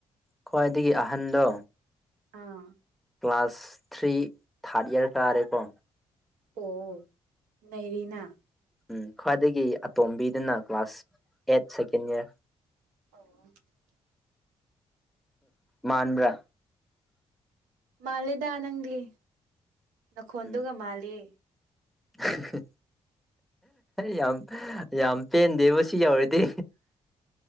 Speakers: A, in the centre; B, on the right.
A: ꯈ꯭ꯋꯥꯏꯗꯒꯤ ꯑꯍꯟꯗꯣ
B: ꯑꯥ
A: ꯀ꯭ꯂꯥꯁ ꯊ꯭ꯔꯤ ꯊꯥꯔꯠ ꯏꯌꯥꯔ ꯀꯥꯔꯦꯀꯣ
B: ꯑꯣ ꯅꯩꯔꯤꯅꯥ
A: ꯎꯝ ꯈ꯭ꯋꯥꯏꯗꯒꯤ ꯑꯇꯣꯝꯕꯤꯗꯨꯅ ꯀ꯭ꯂꯥꯁ ꯑꯦꯠ ꯁꯦꯀꯦꯟ ꯏꯌꯥꯔ
B: ꯑꯣ
A: ꯃꯥꯟꯕ꯭ꯔꯥ
B: ꯃꯥꯜꯂꯦꯗ ꯅꯪꯗꯤ ꯅꯈꯣꯟꯗꯨꯒ
A: ꯎꯝ
B: ꯃꯥꯂꯦ
A: <inaudible> ꯌꯥꯝ ꯌꯥꯝ ꯄꯦꯟꯗꯦꯕꯨ ꯁꯤ ꯌꯧꯔꯗꯤ